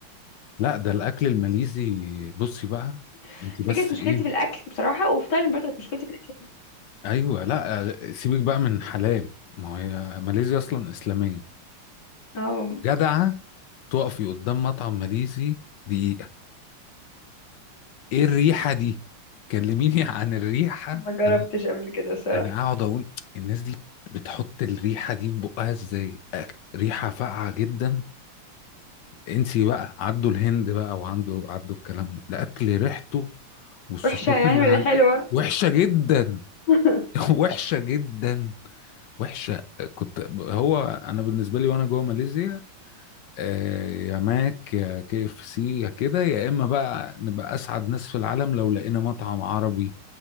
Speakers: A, on the left (about 70°); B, on the left (about 50°).
A: لا ده الاكل الماليزي بصي بقى
B: <laughs>
A: انت بس
B: دي كانت مشكلتي
A: ايه
B: في الاكل بصراحه وفي تايلاند برضه كانت مشكلتي في الاكل
A: ايوه لا آه، سيبك بقى من حلال ما هي ماليزيا اصلا اسلاميه
B: اه
A: جدعه تقفي قدام مطعم ماليزي دي ايه الريحة دي كلميني عن الريحة
B: ما جربتش
A: انا
B: قبل كده صراحة
A: انا اقعد اقول الناس دي بتحط الريحة دي في بقها ازاي أك- ريحة فاقعة جدا انسي بقى عدوا الهند بقى وعنده عدوا الكلام ده الاكل ريحته والصوصات
B: وحشة يعني
A: اللي
B: ولا
A: على
B: حلوة
A: وحشة جدا
B: <laughs>
A: <laughs> وحشة جدا وحشة كنت هو انا بالنسبة لي وانا جوه ماليزيا آه، يا ماك يا كي اف سي يا كده يا اما بقى نبقى اسعد ناس في العالم لو لقينا مطعم عربي